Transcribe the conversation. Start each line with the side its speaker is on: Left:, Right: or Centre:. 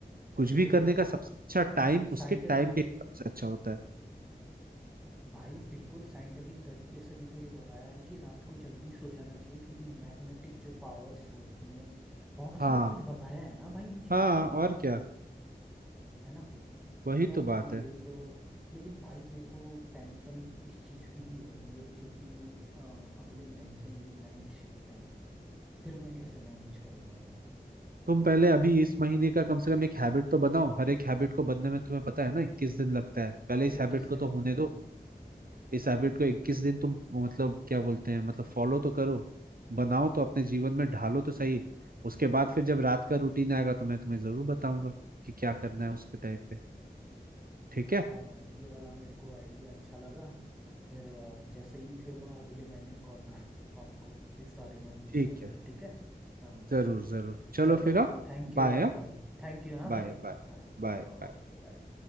Right: कुछ
Centre: बिल्कुल
Right: भी करने
Centre: यार
Right: का सबसे अच्छा टाइम उसके
Centre: साइंटिफिक
Right: टाइम के हिसाब से अच्छा होता है
Centre: भाई बिल्कुल साइंटिफिक तरीके से भी तो ये बताया है कि रात को जल्दी सो जाना चाहिए क्योंकि मैग्नेटिक जो पावर्स होती हैं बहुत
Right: हाँ
Centre: सारा कुछ बताया है ना भाई इन
Right: हाँ
Centre: चीज़ों के लिए
Right: और
Centre: भी तो
Right: क्या
Centre: है ना
Right: वही
Centre: तो यार
Right: तो बात
Centre: भाई
Right: है
Centre: ये तो लेकिन भाई मेरे को टेंशन इस चीज़ की भी हो रही है क्योंकि अ, अगले महीने से मेरी नाइट शिफ्ट है फिर मैं कैसे मैनेज करूँगा यार
Right: तुम पहले अभी इस महीने का कम से कम एक हैबिट तो बनाओ हर एक हैबिट को बनने में तुम्हें पता है ना इक्कीस दिन लगता है पहले इस
Centre: इक्कीस
Right: हैबिट को
Centre: दिन
Right: तो होने
Centre: लगता है
Right: दो
Centre: ना
Right: इस
Centre: हाँ
Right: हैबिट को 21 दिन तुम मतलब क्या बोलते हैं मतलब फॉलो तो करो बनाओ तो अपने जीवन में ढालो तो सही उसके बाद फिर जब रात का रूटीन आएगा तो मैं तुम्हें जरूर बताऊंगा कि क्या करना है उसके टाइम पे ठीक है
Centre: हाँ यार ये वाला मेरे को आइडिया अच्छा लगा फिर अ, जैसे ही फिर मैं अगले महीने कॉल कर दूंगा आपको इस बारे में पूछने
Right: ठीक
Centre: के
Right: है
Centre: लिए ठीक है हाँ
Right: जरूर जरूर चलो
Centre: चलो
Right: फिर हाँ।
Centre: थैंक
Right: बाय
Centre: यू यार
Right: हाँ।
Centre: भाई थैंक यू हाँ
Right: Bye
Centre: भाई
Right: bye
Centre: हाँ
Right: Bye bye
Centre: Okay bye